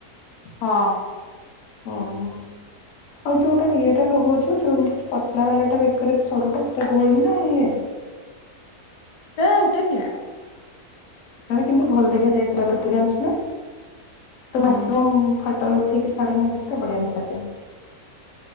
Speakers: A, on the left; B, on the left.
A: ହଁ।
B: ଓହୋ। ଆଉ ଯୋଉଟା ଇଏଟା ଲଗଉଛୁ ଯୋଉ ଏମିତି ପତଲା ବାଲା ଟା ବେକରେ ସରୁଟା ସେଇଟା ଗୋଲ୍ଡ ନା ଇଏ?
A: ହେ ହେଇଟା କିଣାଟା।
B: ମାନେ କିନ୍ତୁ ଭଲ ଦେଖାଯାଏ ସେଟା ତତେ ଜାଣିଛୁ ନା, ତୋ
A: ହୁଁ।
B: ମାକ୍ସିମମ୍ ଫଟୋ କି ଛାଡୁନା ସେଇଟା ବଢ଼ିଆ ଦେଖାଯାଏ।